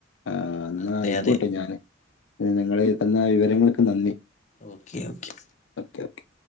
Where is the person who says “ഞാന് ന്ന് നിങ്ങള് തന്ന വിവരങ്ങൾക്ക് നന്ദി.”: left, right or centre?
Left